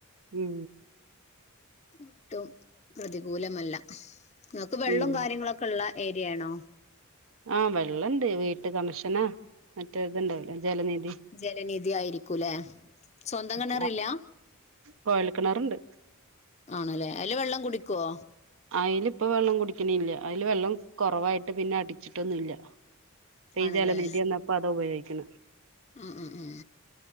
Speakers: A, on the right; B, on the left.
A: ഉം
B: ഒട്ടും പ്രതികൂല മല്ല നിങ്ങക്ക് വെള്ളവും
A: ഉം
B: കാര്യങ്ങളൊക്കെ ഉള്ള ഏരിയാണോ
A: ആ വെള്ളണ്ട് വീട്ട് കണക്ഷനാ മറ്റേ ഇതുണ്ടാവുല്ലോ ജലനിധി
B: ജലനിധി ആയിരിക്കൂലേ സ്വന്തം കിണറില്ല
A: മം കോയൽ കിണറുണ്ട്
B: ആണ്ല്ലേ അതില് വെള്ളം കുടിക്കേ
A: ആയിൽ ഇപ്പം വെള്ളം കുടിക്ക്ണില്ല അയിൽ വെള്ളം കുറവായിട്ട് പിന്നെ അടിച്ചിട്ടൊന്നുംല്ല ഇപ്പം
B: ആണല്ലേ
A: ഈ ജലനിധി വന്നപ്പോൾ അതാ ഉപയോഗിക്ക ക്ക്‌ണ് <unintelligible>
B: ഉം ഉം ഉം